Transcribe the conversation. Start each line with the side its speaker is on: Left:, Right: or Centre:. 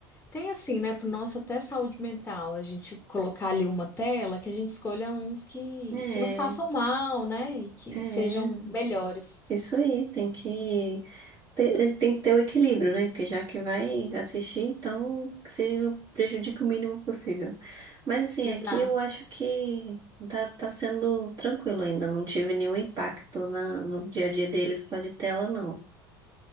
Left: Tem assim, né? Pro nosso até saúde mental, a gente colocar ali uma tela que a gente escolha uns que,
Right: É,
Left: que não façam mal, né? E que
Right: é.
Left: sejam melhores.
Right: Isso aí, tem que ter, eh, tem que ter o equilíbrio, né? Porque já que vai assistir, então que se prejudique o mínimo possível. Mas assim,
Left: Exato.
Right: aqui eu acho que tá, tá sendo tranquilo ainda. Não tive nenhum impacto na, no dia a dia deles com a de tela, não.